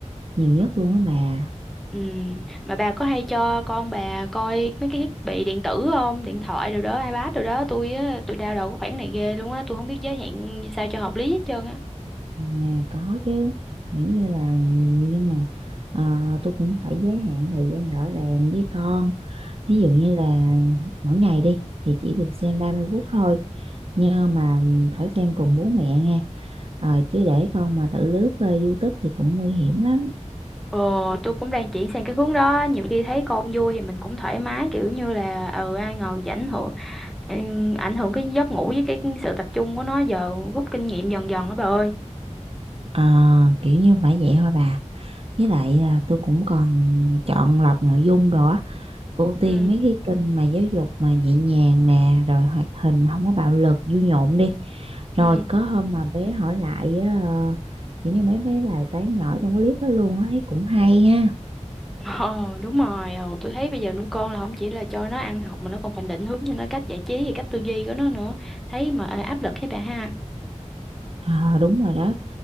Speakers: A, on the right; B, in the centre.
A: nhiều nhất luôn á bà
B: Ừ. Mà bà có hay cho con bà coi mấy cái thiết bị điện tử không? Điện thoại rồi đó, iPad rồi đó. Tôi á, tôi đau đầu cái khoản này ghê luôn á. Tôi không biết giới hạn sao cho hợp lý hết trơn á.
A: Nhà có chứ kiểu như là nhưng mà ờ, tôi cũng phải giới hạn thời gian rõ ràng với con ví dụ như là mỗi ngày đi thì chỉ được xem 30 phút thôi nhưng mà phải xem cùng bố mẹ nghe Ờ, chứ để con mà tự lướt ờ, YouTube thì cũng nguy hiểm lắm
B: Ờ, tôi cũng đang chuyển sang cái hướng đó. Nhiều khi thấy con vui thì mình cũng thoải mái kiểu như là ừ ai ngờ chỉ ảnh hưởng ừ, ảnh hưởng cái giấc ngủ với cái sự tập trung của nó giờ rút kinh nghiệm dần dần á bà ơi.
A: Ờ, kiểu như phải vậy thôi bà với lại là tôi cũng còn chọn lọc nội dung đồ á ưu tiên
B: Ừ.
A: mấy cái kênh mà giáo dục mà nhẹ nhàng nè rồi hoạt hình mà không có bạo lực vui nhộn đi Rồi
B: Ừ.
A: có hôm mà bé hỏi lại á, ờ, kiểu như mấy mấy bài toán nhỏ trong cái clip đó luôn á thấy cũng hay ha.
B: Ờ đúng rồi ừ, tôi thấy bây giờ nuôi con là không chỉ là cho nó ăn học mà nó còn phải định hướng cho nó cách giải trí và cách tư duy của nó nữa thấy mà ờ, áp lực thấy bà ha
A: Ờ đúng rồi đó.